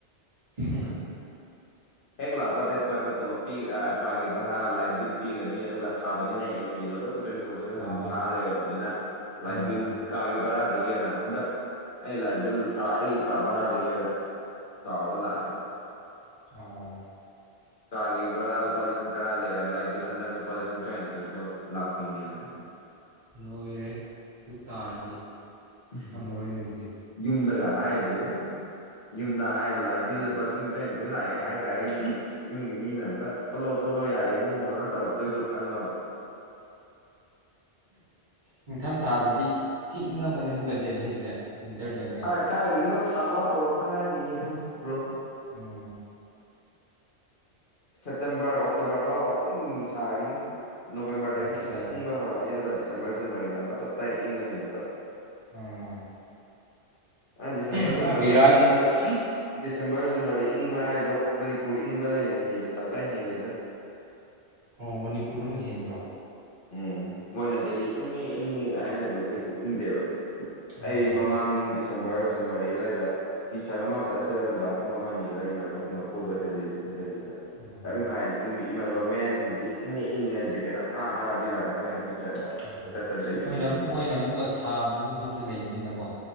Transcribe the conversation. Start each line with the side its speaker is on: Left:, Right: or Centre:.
Right: ꯍꯝ
Left: ꯍꯦꯛ ꯂꯥꯛꯄ ꯗꯦꯠ ꯐꯥꯏꯚꯇ ꯇꯣꯂꯞ ꯄꯤ ꯀꯥꯒꯤ ꯚꯔꯥ ꯂꯥꯏꯠ ꯕꯤꯜ ꯄꯤꯒꯅꯤ ꯑꯗꯨꯒ ꯁꯥꯕꯅꯤꯅ ꯑꯦꯁꯤꯗꯣ ꯑꯗꯨꯝ ꯇ꯭ꯋꯦꯟꯇꯤ ꯐꯣꯔ ꯁꯚꯦꯟ
Right: ꯑꯍꯣꯏ
Left: ꯅꯨꯃꯤꯠ ꯊꯥ ꯂꯩꯔꯕꯅꯤꯅ ꯂꯥꯏꯠ
Right: ꯎꯝ
Left: ꯕꯤꯜ ꯀꯥꯒꯤ ꯚꯔꯥꯗꯒꯤ ꯍꯦꯟꯅ ꯍꯟꯗꯛ ꯑꯩ ꯂꯥꯏꯠ ꯕꯤꯜ ꯀꯥ ꯑꯩꯒꯤ ꯀꯥ ꯚꯔꯥꯗꯒꯤ ꯍꯦꯟꯅ ꯆꯥꯎꯔꯒ ꯂꯥꯛꯑꯦꯕ
Right: ꯑꯣ
Left: ꯀꯥꯒꯤ ꯚꯔꯥ ꯂꯨꯄꯥ ꯂꯤꯁꯤꯡ ꯇꯔꯥ ꯂꯩꯔꯦ ꯂꯥꯏꯠ ꯕꯤꯜ ꯍꯟꯗꯛ ꯂꯨꯄꯥ ꯂꯤꯁꯤꯡ ꯇꯔꯥꯅꯤꯊꯣꯏ ꯊꯣꯛꯂꯛ ꯂꯥꯛꯄꯤꯅꯦꯃꯦ꯫
Right: ꯂꯣꯏꯔꯦ ꯑꯗꯨ ꯇꯥꯔꯗꯤ꯫
Left: ꯎꯝ
Right: ꯉꯝꯃꯔꯣꯏꯅꯦ ꯑꯗꯨꯗꯤ
Left: ꯌꯨꯝꯗꯒ ꯍꯥꯏꯗ꯭ꯔꯦ ꯌꯨꯝꯗ ꯍꯥꯏ ꯂꯥꯏ ꯕꯤꯜ ꯂꯨꯄꯥꯜꯁꯤꯡ ꯇ꯭ꯔꯥꯏꯟ ꯂꯣꯏ ꯂꯥꯛꯑꯦ ꯍꯥꯏꯇꯥꯔ ꯌꯨꯝ ꯌꯨꯝꯒꯤ ꯃꯤꯅ ꯑꯃꯨꯛꯀ ꯊꯣꯛꯣꯂꯛꯑꯣ ꯊꯣꯛꯂꯛꯑꯣ ꯌꯥꯔꯦ ꯏꯕꯨꯡꯉꯣ ꯅ ꯇꯧꯔꯛꯇꯣꯏꯗꯣ ꯈꯪꯉꯕ꯫
Right: ꯅꯤꯡꯊꯝ ꯊꯥꯗꯗꯤ ꯊꯤ ꯏꯪꯔꯝꯒꯅꯤ ꯑꯃꯨꯛꯀ ꯗꯦꯜꯍꯤꯁꯦ꯫ ꯋꯤꯟꯇꯔꯗꯅꯦ
Left: ꯑ ꯀꯥꯏꯗꯗꯒꯤꯅꯣ ꯁꯥꯕ ꯍꯧꯔꯛ꯫ ꯇ ꯉꯥꯏꯔꯤꯌꯦ ꯕ꯭ꯔꯣ꯫
Right: ꯎꯝ꯫
Left: ꯁꯦꯞꯇꯦꯝꯕꯔ ꯑꯣꯛꯇꯣꯕꯔ ꯐꯥꯎꯕ ꯑꯗꯨꯝ ꯁꯥꯈꯤꯅꯤ꯫ ꯅꯣꯕꯦꯝꯕꯔꯗꯒꯤ
Right: ꯑꯣꯀꯦ
Left: ꯈꯤꯇꯪ ꯏꯪꯕ ꯍꯧꯔꯛꯑꯅꯤ ꯑꯗꯨꯒ ꯗꯤꯁ ꯁꯦꯝꯕꯔ ꯖꯟꯋꯥꯔꯤꯅ ꯑ ꯃꯨꯛꯀ ꯇꯞ ꯇꯥꯏ ꯏꯪꯉꯅꯤ ꯑꯃꯛꯀ꯫
Right: ꯎꯝ꯫
Left: ꯑ ꯗꯤꯁꯝꯕ꯭ꯔ
Right: ꯄꯨꯔꯥ
Left: ꯖꯟꯋꯥꯔꯤ
Right: ꯕꯦꯔꯥ
Left: ꯏꯪꯕ꯫ ꯗꯤꯁꯦꯝꯕꯔ ꯖꯟꯋꯥꯔꯤ ꯏꯪꯕ ꯍꯥꯏꯗꯣ꯫ ꯃꯅꯤꯄꯨꯔ ꯏꯪꯕꯗꯩ ꯍꯦꯟꯅ ꯍꯦꯂꯦ ꯇꯞꯇꯥꯏ ꯍꯦꯜꯂꯦꯗ꯫
Right: ꯑꯣ ꯃꯅꯤꯄꯨꯔꯅ ꯑꯃꯨꯛ ꯍꯦꯟꯕ꯭ꯔꯣ꯫
Left: ꯎꯝ ꯃꯣꯏꯅ ꯗꯦꯜꯂꯤ ꯏꯪꯉꯦ ꯏꯪꯉꯦꯒ ꯍꯥꯏꯅꯗꯣ ꯀꯩꯁꯨ ꯏꯪꯗꯦꯕ
Right: ꯎꯝ
Left: ꯑꯩ ꯃꯃꯥꯡ ꯗꯤꯁꯦꯝꯕꯔ ꯖꯟꯋꯥꯔꯤ ꯑꯗꯨꯋꯥꯏꯗ ꯇꯤ ꯁꯥꯔꯠ ꯑꯃ ꯈꯛꯇ ꯁꯦꯠꯂ ꯅꯨꯗꯥꯡ ꯄꯨꯡ ꯑꯃ ꯑꯅꯤꯗ ꯏꯃꯥꯟꯅꯕꯁꯤꯡꯒ ꯀꯣꯏꯕ ꯆꯠꯂꯤꯗ ꯗꯦꯜꯂꯤꯗ
Right: ꯎꯝ
Left: ꯀꯔꯤꯝ ꯀꯥꯏꯅ ꯏꯪꯕ ꯏꯃꯥꯟꯅꯕ ꯃꯌꯥꯡꯁꯤꯡꯗꯤ ꯏꯪꯉꯦ ꯏꯪꯉꯦ ꯖꯦꯀꯦꯠ ꯑꯊꯥ ꯊꯥꯕ ꯂꯤꯠꯂ ꯑꯩꯈꯣꯏꯅ꯫ ꯇꯤ ꯁꯔꯠꯇ
Right: ꯎꯝ
Left: <unintelligible> ꯂꯩꯕꯅꯤꯗ
Right: ꯃꯣꯏꯅ
Left: ꯑꯗꯨꯝ꯫
Right: ꯃꯣꯏꯅ ꯑꯃꯨꯛꯀ ꯁꯥꯕ ꯃꯐꯝꯗ ꯂꯩꯕꯅꯤꯅꯀꯣ꯫